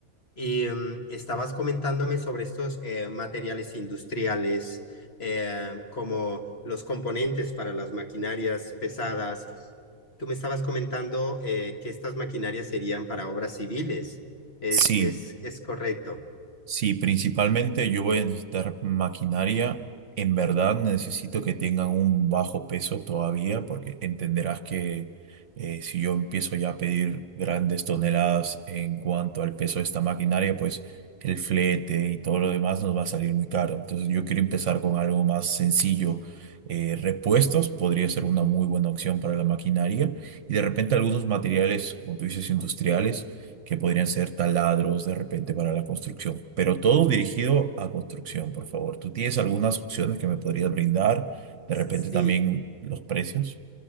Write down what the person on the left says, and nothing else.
Y mm, estabas comentándome sobre estos eh, materiales industriales, eh, como los componentes para las maquinarias pesadas. Tú me estabas comentando eh, que estas maquinarias serían para obras civiles. ¿Es,
es, es correcto?
Sí.